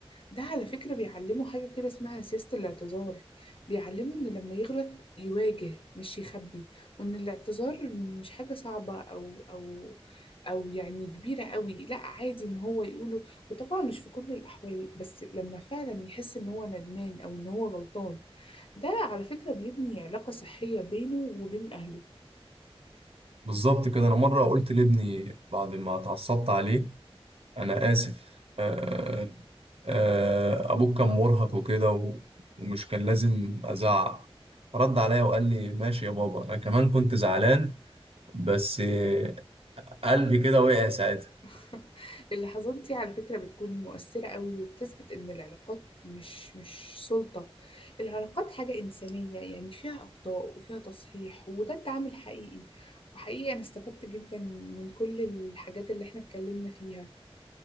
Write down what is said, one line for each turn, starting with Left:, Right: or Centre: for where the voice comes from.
Left: ده على فكرة بيعلمه حاجة كده اسمها سياسة الاعتذار بيعلمه إنه لما يغلط يواجه مش يخبي وإن الاعتذار مش حاجة صعبة أو أو أو يعني كبيرة قوي لا عادي إن هو يقوله وطبعا مش في كل الأحوال بس لما فعلا يحس إن هو ندمان أو إن هو غلطان ده على فكرة بيبني علاقة صحية بينه وبين أهله
Right: بالظبط كده أنا مرة قلت لابني بعد ما اتعصبت عليه أنا آسف آه آه أبوك كان مرهق وكده و- ومش كان لازم أزعق رد عليا وقال لي ماشي يا بابا أنا كمان كنت زعلان بس آه، قلبي كده وقع ساعتها
Left: <laughs> اللحظات دي على فكرة بتكون مؤثرة قوي وبتثبت إن العلاقات مش مش سلطة العلاقات حاجة إنسانية يعني فيها أخطاء وفيها تصحيح وده التعامل حقيقي وحقيقي أنا استفدت جدا من كل الحاجات اللي إحنا اتكلمنا فيها